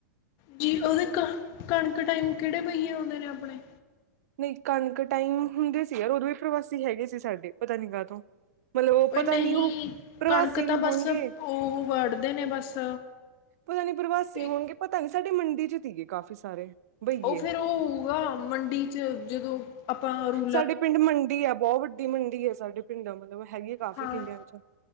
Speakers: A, on the left; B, on the right.
A: ਜੀ ਉਹਦੇ ਕ ਕਣਕ ਟਾਈਮ ਕਿਹੜੇ ਬਹੀਏ ਆਉਂਦੇ ਨੇ ਆਪਣੇ?
B: ਨਹੀਂ ਕਣਕ ਟਾਈਮ ਹੁੰਦੇ ਸੀ ਯਾਰ, ਉਦੋਂ ਵੀ ਪ੍ਰਵਾਸੀ ਹੈਗੇ ਸੀ ਸਾਡੇ ਪਤਾ ਨੀ ਕਾਹਤੋਂ। ਮਤਲਬ ਉਹ
A: ਬਈ
B: ਪਤਾ
A: ਨਹੀਂ,
B: ਨੀ ਉਹ ਪ੍ਰਵਾਸੀ
A: ਕਣਕ
B: ਨੀ
A: ਤਾਂ ਬਸ
B: ਹੋਣਗੇ
A: ਉਹ ਵਢਦੇ ਨੇ ਬਸ
B: ਪਤਾ ਨੀ ਪ੍ਰਵਾਸੀ ਹੋਣਗੇ,
A: ਇੱਕ
B: ਪਤਾ ਨੀ ਸਾਡੇ ਮੰਡੀ ਚ ਸੀਗੇ ਕਾਫੀ ਸਾਰੇ। ਬਈਏ
A: ਉਹ ਫੇਰ ਉਹ ਹੋਊਗਾ ਮੰਡੀ ਚ ਜਦੋਂ ਆਪਾਂ ਰੁ
B: ਸਾਡੇ ਪਿੰਡ ਮੰਡੀ ਆ, ਬਹੁਤ ਵੱਡੀ ਮੰਡੀ ਆ ਸਾਡੇ ਪਿੰਡ, ਮਤਲਬ ਹੈਗੀ ਆ ਕਾਫੀ
A: ਹਾਂ
B: ਕਿੱਲਿਆਂ ਚ।